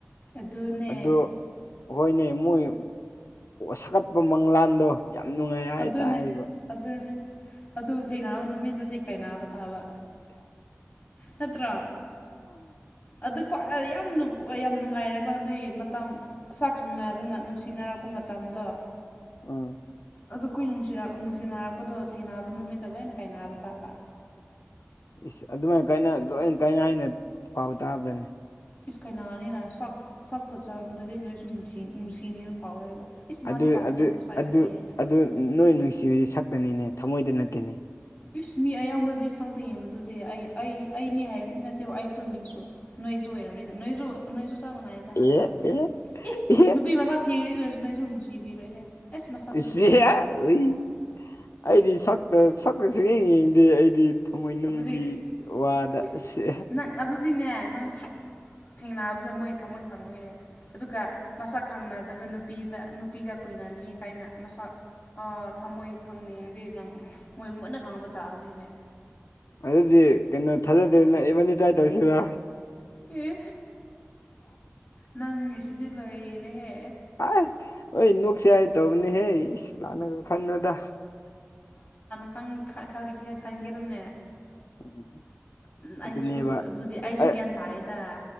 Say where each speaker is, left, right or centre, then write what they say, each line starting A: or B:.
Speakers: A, on the left (about 40°); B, on the left (about 85°).
A: ꯑꯗꯨꯅꯦ
B: ꯑꯣ ꯍꯣꯏꯅꯦ ꯃꯣꯏ ꯁꯥꯒꯠꯄ ꯃꯪꯂꯥꯟꯗꯣ ꯌꯥꯝ ꯅꯨꯡꯉꯥꯏ ꯍꯥꯏꯇꯥꯕ
A: ꯑꯗꯨꯅꯦ ꯑꯗꯨꯅꯦ ꯑꯗꯨ ꯊꯦꯡꯅꯥꯕ ꯅꯨꯃꯤꯗꯨꯗꯤ ꯀꯥꯏꯅꯥꯕ ꯇꯥꯕ ꯅꯠꯇ꯭ꯔꯣ ꯑꯗꯨ ꯌꯥꯝ ꯅꯨꯡ ꯍꯣꯛ ꯌꯥꯝ ꯅꯨꯡꯉꯥꯏꯔꯕ ꯅꯣꯏ ꯃꯇꯝ ꯁꯛ ꯈꯪꯅꯗꯅ ꯅꯨꯡꯁꯤꯅꯔꯛꯄ ꯃꯇꯝꯗꯣ
B: ꯑꯥ
A: ꯑꯗꯨ ꯀꯨꯏ ꯅꯨꯡꯁꯤꯔ ꯅꯨꯡꯁꯤꯅꯔꯛꯄꯗꯣ ꯊꯦꯡꯅꯕ ꯅꯨꯃꯤꯠꯇ ꯂꯣꯏꯅ ꯀꯥꯏ ꯅꯥꯕ ꯇꯥꯕ
B: ꯏꯁ ꯑꯗꯨꯃꯥꯏ ꯀꯥꯏꯅ ꯂꯣꯏ ꯀꯥꯏꯅ ꯍꯥꯏꯅ ꯄꯥꯎ ꯇꯥꯕ꯭ꯔꯅꯦ
A: ꯏꯁ ꯈꯩꯅꯥꯅꯤꯅ ꯁꯛ ꯁꯛ ꯐꯖꯔꯝꯗꯗꯤ ꯅꯣꯏꯁꯨ ꯅꯨꯡꯁꯤꯅꯦꯅ ꯐꯥꯎꯔꯣꯏꯕ ꯏꯁ ꯃꯥꯗꯤ
B: ꯑꯗꯨ
A: ꯄꯥꯝꯗꯦꯗ
B: ꯑꯗꯨ
A: ꯃꯁꯛ ꯌꯥꯝ
B: ꯑꯗꯨ
A: ꯊꯤ ꯍꯥꯏꯅ
B: ꯑꯗꯨ ꯅꯣꯏ ꯅꯨꯡꯁꯤꯕꯕꯁꯤ ꯁꯛꯇꯅꯤꯅꯦ ꯊꯃꯣꯏꯗ ꯅꯠꯇꯦꯅꯦ
A: ꯏꯁ ꯃꯤ ꯑꯌꯥꯝꯕꯗꯤ ꯁꯛꯇ ꯌꯦꯡꯕꯗꯨꯗꯤ ꯑꯩ ꯑꯩ ꯑꯩꯅꯤ ꯍꯥꯏ ꯀꯤꯅꯗꯤ ꯑꯥꯏꯁꯁꯨ ꯃꯤꯁꯣ ꯅꯥꯏꯖꯨ ꯑꫭꯏꯔꯝꯅꯤꯗ ꯅꫭꯏꯖꯨ ꯅꯣꯏꯁꯨ ꯆꯞ ꯃꯥꯟꯅꯥꯏꯗ
B: ꯑꯦ
A: ꯅꯠꯇ꯭ꯔꯣ
B: ꯑꯦ
A: ꯏꯁ
B: ꯑꯦ
A: ꯅꯨꯄꯤ ꯃꯁꯥꯛ ꯊꯤꯔꯗꯤ ꯅꯣꯏꯁꯨ ꯅꯨꯡꯁꯤꯕꯤꯔꯣꯏꯍꯦ ꯑꯁ
B: <unintelligible>
A: ꯃꯁꯛꯇꯨꯗꯤ ꯍꯥꯏꯅ ꯍꯥꯏꯅꯤ
B: ꯑꯩꯗꯤ ꯁꯛꯇ ꯁꯛꯇ ꯁꯨꯡꯌꯦꯡ ꯌꯦꯡꯗꯦ ꯑꯩꯗꯤ ꯊꯃꯣꯏꯅꯨꯡꯒꯤ
A: ꯑꯗꯨꯗꯤ
B: ꯋꯥꯗ
A: ꯏꯁ
B: ꯑꯁꯦ
A: ꯅꯪ ꯑꯗꯨꯗꯤꯅꯦ ꯅꯪ ꯍꯦꯛ ꯊꯦꯡꯅꯕꯗ ꯃꯣꯏ ꯊꯝꯃꯣꯏ ꯈꯪꯉꯨꯌꯦ ꯑꯗꯨꯒ ꯃꯁꯛ ꯈꯪꯅꯗꯕ ꯅꯨꯄꯤꯗ ꯅꯨꯄꯤꯒ ꯀ‌ꯣꯏꯅꯅꯤ ꯀꯥꯏꯅ ꯃꯁꯛ ꯑꯣ ꯊꯝꯃꯣꯏ ꯈꯪꯅꯤꯡꯉꯗꯤ ꯅꯪ ꯃꯣꯏ ꯃꯨꯟꯅ ꯈꯪꯕ ꯇꯥꯕꯅꯤꯅꯦ
B: ꯑꯗꯨꯗꯤ ꯀꯩꯅꯣ ꯊꯥꯖꯗꯦꯅ ꯏꯕꯅꯤ ꯇ꯭ꯔꯥꯏ ꯇꯧꯁꯤꯔꯣ
A: ꯑꯦ ꯅꯪꯒꯤꯁꯤꯗꯤ ꯂꯣꯏꯔꯦꯍꯦ
B: ꯑꯥꯏ ꯍꯣꯏ ꯅꯣꯛꯁꯦ ꯍꯥꯏꯅ ꯇꯧꯕꯅꯦꯍꯦ ꯏꯁ ꯂꯥꯟꯅꯒ ꯈꯟꯅꯨꯗ
A: ꯈꯪ ꯈꯜꯂꯤꯍ‌ꯦ ꯈꯪꯒꯦꯔꯣꯅꯦ
B: ꯎꯝ
A: ꯎ ꯑꯩꯁꯨ
B: ꯑꯗꯨꯅꯦꯕ
A: ꯑꯗꯨꯗꯤ ꯑꯩꯁꯨ
B: ꯑꯩ
A: ꯒ꯭ꯌꯥꯟ ꯇꯥꯏꯌ‌ꯦꯗ